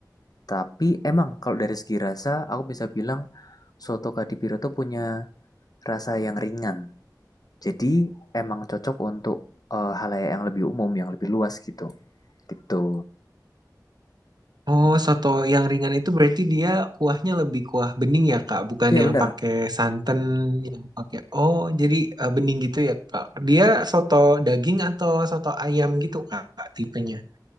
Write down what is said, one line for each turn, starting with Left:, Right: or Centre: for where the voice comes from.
Left: Tapi emang kalau dari segi rasa, aku bisa bilang soto Kadipiro tuh punya rasa yang ringan. Jadi emang cocok untuk eh, halayak yang lebih umum, yang lebih luas gitu. Gitu.
Right: Oh, soto yang ringan itu berarti dia kuahnya lebih kuah bening ya, Kak, bukan
Left: Iya
Right: yang
Left: benar.
Right: pakai santan, yang pakai Oh, jadi eh, bening gitu ya, Kak. Dia soto daging atau soto ayam gitu, Kak, tipenya.